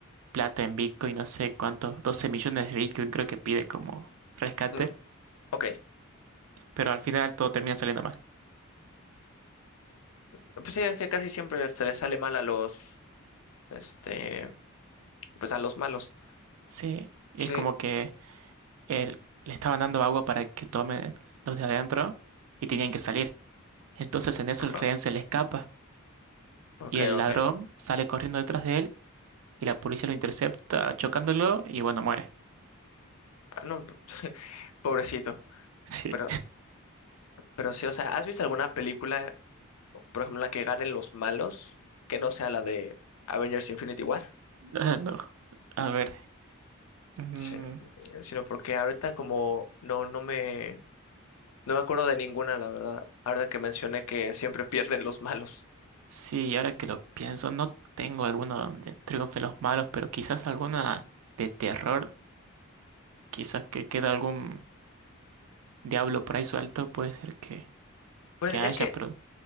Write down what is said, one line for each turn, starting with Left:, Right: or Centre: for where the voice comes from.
Right: plata en Bitcoin, no sé cuántos, 12 millones de Bitcoin creo que pide como rescate,
Left: Mm, ok.
Right: pero al final todo termina saliendo mal.
Left: Pues sí, es que casi siempre se le sale mal a los, este, pues a los malos.
Right: Sí, y
Left: Sí,
Right: es como que él, le estaban dando agua para que tomen los de adentro y tenían que salir. Entonces en eso
Left: ajá.
Right: el rehén se le escapa
Left: Ok,
Right: y el
Left: ok.
Right: ladrón sale corriendo detrás de él y la policía lo intercepta chocándolo y bueno, muere. <laughs>
Left: Ah, no, <laughs> pobrecito.
Right: Sí,
Left: Pero, pero sí, o sea, ¿has visto alguna película, por ejemplo, la que ganen los malos, que no sea la de Avengers Infinity War?
Right: Ah, no. A ver. mm,
Left: Sí, eh, sino porque ahorita como no, no me, no me acuerdo de ninguna, la verdad. Ahora que mencioné que siempre <laughs> pierden los malos.
Right: sí, ahora que lo pienso, no tengo alguno donde triunfen los malos, pero quizás alguna de terror Quizás que queda algún diablo por ahí suelto, puede ser que,
Left: Pues
Right: que haya,
Left: es que
Right: pero